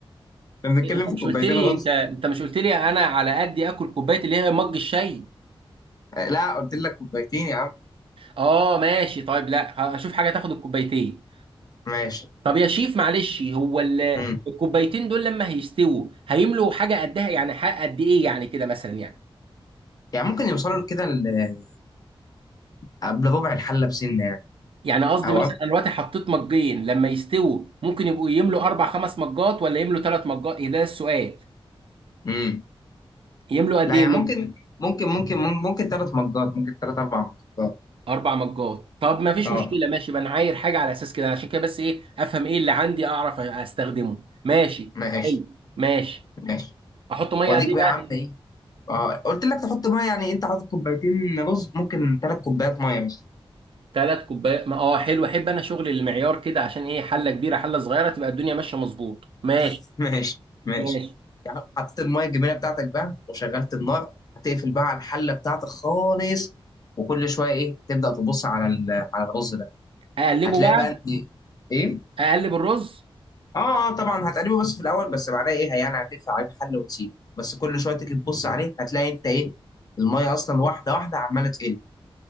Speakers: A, on the left; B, on the right.
A: احنا بنتكلم
B: إيه، انت مش
A: في كوبايتين
B: قلت لي
A: رز
B: انت انت مش قلت لي انا على قدي اكل كوبايه اللي هي مج الشاي
A: آه، لا قلت لك كوبايتين يا عم
B: اه ماشي طيب لا اشوف حاجه تاخد الكوبايتين
A: ماشي
B: طب يا شيف معلش هو ال-
A: امم
B: الكوبايتين دول لما هيستووا هيملوا حاجه قدها يعني حق قد ايه يعني كده مثلا يعني
A: يعني ممكن يوصلوا كده ل- قبل ربع الحله بسنه يعني
B: يعني قصدي
A: او
B: مثلا
A: قبل
B: انا دلوقتي حطيت مجين لما يستووا ممكن يبقوا يملوا اربع خمس مجات ولا يملوا ثلاث مجات إيه ده السؤال
A: امم
B: يملوا قد
A: لا
B: ايه
A: يعني
B: المج-
A: ممكن ممكن ممكن ممكن ثلاث مجات ممكن ثلاث اربع مجات
B: اربع مجات طب ما فيش
A: اه
B: مشكله ماشي بقى انا عاير حاجه على اساس كده عشان كده بس ايه افهم ايه اللي عندي اعرف استخدمه ماشي
A: ماشي
B: حلو ماشي
A: ماشي
B: احط ميه
A: واديك
B: قد ايه
A: بقى
B: بقى
A: يا عم ايه اه قلت لك تحط ميه يعني انت حاطط كوبايتين رز ممكن ثلاث كوبايات ميه بس
B: ثلاث كوبايات ما اه حلو احب انا شغل المعيار كده عشان ايه حله كبيره حله صغيره تبقى الدنيا ماشيه مظبوط ماشي
A: <laughs> ماشي ماشي
B: ماشي
A: يعني حطيت الميه الجميله بتاعتك بقى وشغلت النار هتقفل بقى على الحله بتاعتك خالص وكل شويه ايه تبدا تبص على ال- على الرز ده
B: اقلبه
A: هتلاقي
B: بقى
A: بقى ان ايه
B: اقلب الرز
A: اه اه طبعا هتقلبه بس في الاول بس بعدها ايه يعني هتقفل عليه الحله وتسيبه بس كل شويه تيجي تبص عليه هتلاقي انت ايه الميه اصلا واحده واحده عماله تقل